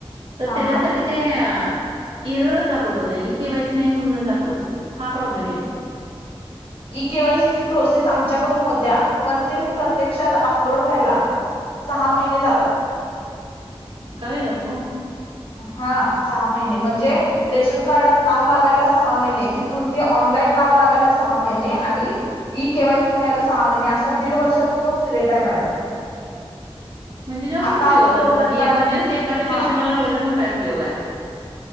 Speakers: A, on the right; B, on the left.
A: तर
B: हा
A: त्याज्यासाठी
B: हा.
A: ते अअ एररच दाखवत होते ई केवायसी नाही म्हणनूच दाखवत होते हा प्रॉब्लेम येत होता.
B: ई केवायसी ची प्रोसेस आमच्याकडून होत्या पण ते प्रत्यक्षात अपलोड व्हायला सहा महिने जातात.
A: इतका वेळ लागतो.
B: हा सहा महिने म्हणजे रेशन कार्डात नाव लागायला सहा महिने. तिथून ते ऑनलाईन नाव लागायला सहा महिने आणि- ई के वाय सी व्हायला सहा महिने. असा दीड वर्षाचा तो पिरियड आहे मॅडम.
A: म्हणजे जास्तच
B: आता
A: दिवस
B: आपण
A: जातात.
B: गोल्डन
A: आणि
B: कार्ड
A: इमर्जन्सी एखाद्या
B: हा
A: पेशंटला लागले तर मग काय उपयोग आहे.